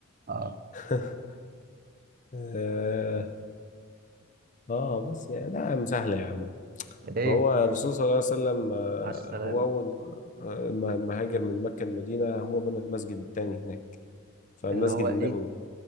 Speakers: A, on the right; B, on the left.
A: اه
B: <laughs> اه آه، بس يعني لا يا عم، سهلة يا عم
A: ايه
B: ما هو الرسول صلى الله عليه وسلم آه،
A: عاش السلام
B: هو اول آه، ما ما هاجر من مكة المدينة هو بنى المسجد التاني هناك فالمسجد
A: اللي هو
B: النبوي
A: ايه